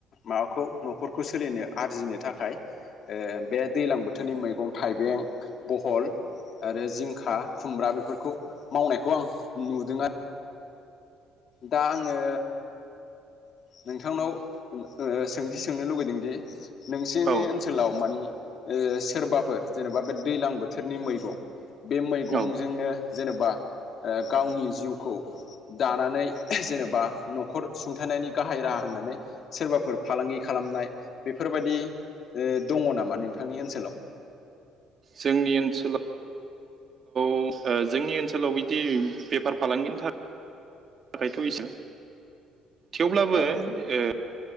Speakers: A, on the left; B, on the right.
A: माबाखौ न'खरखौ सोलिनो आरजिनो थाखाय ओ बे दैलां बोथोरनि मैगं थाइबें बहल आरो जिंखा खुमब्रा बेफोरखौ मावनायखौ आं नुदों आरो दा आंङो नोंथांनाव ओ सोंथि सोंनो लुगैदों दि नोंसिनि
B: औ
A: ओनसोलाव मानि ओ सोरबाफोर जेनेबा बे दैलां बोथोरनि मैगं। बे मैगंजोंनो
B: औ
A: जेनेबा गावनि जिउखौ दानानै जेनेबा न'खर सुंथानायनि गाहाय राहा होननानै सोरबाफोर फालांगि खालामनाय बेफोरबायदि ओ दङ नामा नोंथांनि ओनसोलाव?
B: जोंनि ओनसोलाव ओ जोंनि ओनसोलाव बिदि बेफार फालांगिनि थाखाय थाखायथ' एसे थेवब्लाबो
A: औ
B: ओ